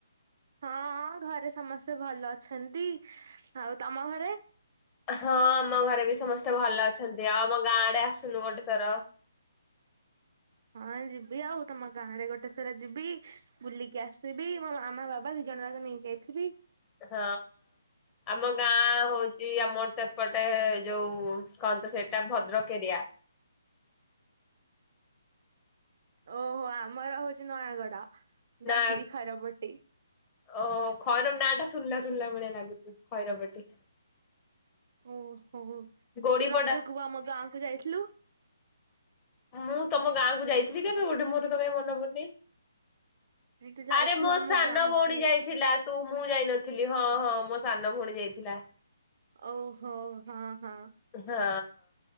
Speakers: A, on the right; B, on the left.
A: ହଁ ହଁ ଘରେ ସମସ୍ତେ ଭଲ ଅଛନ୍ତି ଆଉ ତମ ଘରେ?
B: ହଁ ଆମ ଘରେ ବି ସମସ୍ତେ ଭଲ ଅଛନ୍ତି ଆଉ ଆମ ଗାଁଡେ ଆସୁନୁ ଗୋଟେ ଥର?
A: ହଁ ଯିବି ଆଉ ତମ ଗାଁରେ ଗୋଟେ ଥର ଯିବି। ବୁଲିକି ଆସିବି ମୋ ମାମା ବାବା ଦି ଜଣ ଯାକ ନେଇକି ଯାଇଥିବି।
B: ହଁ। ଆମ ଗାଁ ହଉଛି ଆମର ତ ଏପଟେ ଯୋଉ କଣତ ସେଇଟା ଭଦ୍ରକ ଏରିଆ।
A: ଓହୋ ଆମର ହଉଛି ନୟାଗଡ
B: ନା
A: ଜାଗିରି ଖର ପଟି।
B: ଓ ଖୈରବ ନାଁ ଟା ଶୁଣିଲା ଶୁଣିଲା ଭଳିଆ ଲାଗୁଛି ଖୈରବ ପଟି।
A: ଓହୋ ତୁ
B: ଗୋଡିପଡା
A: ରଜକୁ ବା ଆମ ଗାଁକୁୁ ଯାଇଥିଲୁ।
B: ମୁଁ ତମ ଗାଁ କୁ ଯାଇଥିଲି କେବେ ଗୋଟେ ମୋର ର ତ କାଇଁ ମନେ ପଡ଼ୁନି
A: ତୁ ଯାଇଥିଲୁ
B: ଆରେ ମୋ
A: ଆମ
B: ସାନ
A: ଗାଁକୁ
B: ଭଉଣୀ ଯାଇ ଥିଲା ତୁ ମୁଁ ଯାଇନଥିଲି ହଁ ହଁ ମୋ ସାନ ଭଉଣୀ ଯାଇଥିଲା।
A: ଓହୋ ହଁ ହଁ।
B: ହଁ